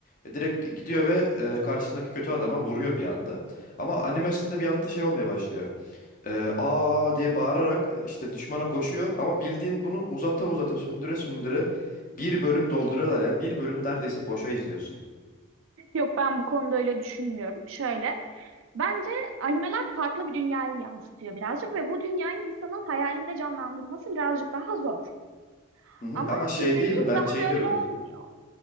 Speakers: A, on the left (about 40°); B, on the right (about 70°).
A: E, direkt gidiyor ve e, karşısındaki kötü adama vuruyor bir anda. Ama animesinde bir anda şey olmaya başlıyor. E, aa diye bağırarak e, işte düşmana koşuyor ama bildiğin bunu uzata uzata sündüre sündüre bir bölüm dolduruyorlar yani bir bölümü neredeyse boşa izliyorsun.
B: Yok ben bu konuda öyle düşünmüyorum. Şöyle bence animeler farklı bir dünyayı yansıtıyor birazcık ve bu dünyayı insanın hayalinde canlandırması birazcık daha zor.
A: Hı hı.
B: Ama
A: Ama şey
B: izlediğin
A: değil mi ben
B: zaman
A: şey diyorum
B: öyle olmuyor.